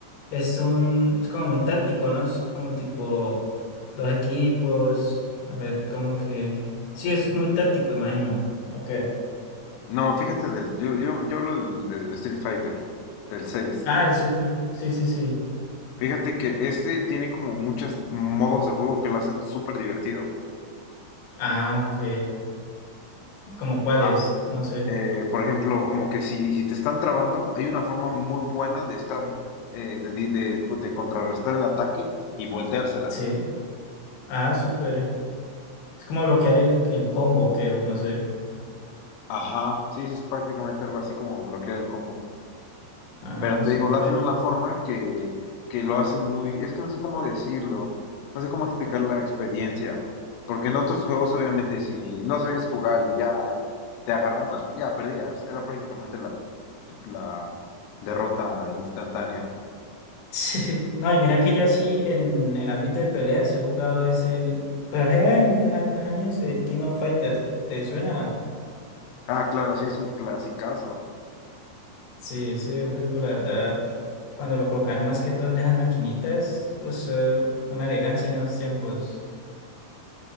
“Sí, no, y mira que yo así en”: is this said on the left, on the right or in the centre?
Left